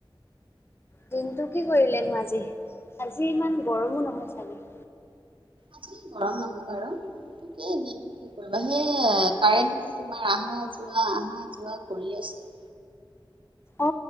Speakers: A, on the left (about 25°); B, on the right (about 70°).
A: দিনটো কি কৰিলেনো আজি আজি ইমান গৰমো নহয় চাগে
B: আজি গৰম নহয় বাৰু এই দিনটো কি কৰিবা সেইয়াই কাৰেণ্টটো তোমাৰ আহা যোৱা আহা যোৱা কৰি আছে
A: অ